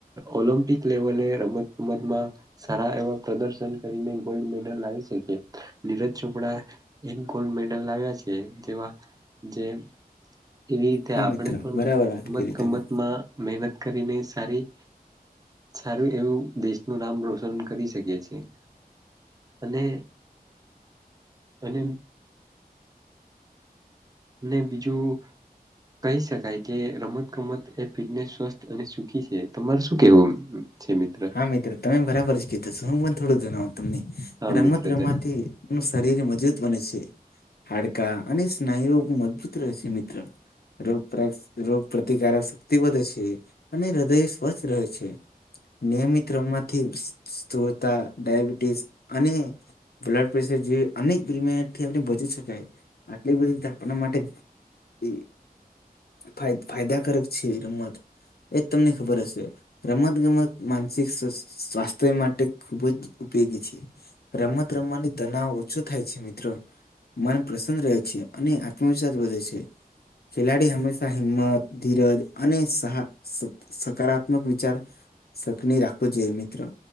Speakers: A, on the right (about 25°); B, on the left (about 75°).
A: ઓલમ્પિક લેવલે રમત ગમતમાં સારા એવા પ્રદર્શન કરીને ગોલ્ડ મેડલ લાવી શકી નીરજ ચોપડા એક ગોલ્ડ મેડલ લાવ્યા છે જેવા જે એવી રીતે
B: હા
A: આપણે
B: મિત્રો
A: પણ
B: બરાબર વાત
A: રમત
B: કરી
A: ગમતમાં
B: તમે
A: મહેનત કરીને સારી સારું એવું દેશનું નામ રોશન કરી શકયે છે અને અને અને બીજું કહી શકાય કે રમત ગમત એ ફિટનેસ સ્વસ્થ અને સુખી છે તમાર શું કેવું? છે મિત્ર
B: હા મિત્રો તમે બરાબર જ કીધો છ હું પણ થોડું જણાવો તમને
A: હા
B: રમત
A: મિત્ર
B: રમાંતી
A: જણાવ
B: પણું શરીર મજબૂત બને છે હાડ અને સ્નાયુઓ મજબૂત રહે છે મિત્ર રોગક્ષ રોગ પ્રતિકારક શક્તિ વધે છે અને હૃદય સ્વસ્થ રહે છે નિયમિત રમમાંથી સ્થૂરતા ડાયાબિટીસ અને બ્લડ <unintelligible> અનેકથી <unintelligible> આપને બચી શકાય આટલી બધીપ આપના માટે <inaudible> ફાયદાકારક છે રમત એજ તમને ખબર હશે રમત ગમત માનસિક સ્વાસ્થ્ય માટે ખૂબ જ ઉપયોગી છે રમત રમવાની તનાવ ઓછો થાય છે મિત્ર મન રહે છે અને આત્મવિશ્વાસ વધે છે ખેલાડી હંમેશા હિંમત ધીરજ અને સાહા સકારાત્મક વિચાર સકની રાખવું જોઈએ મિત્ર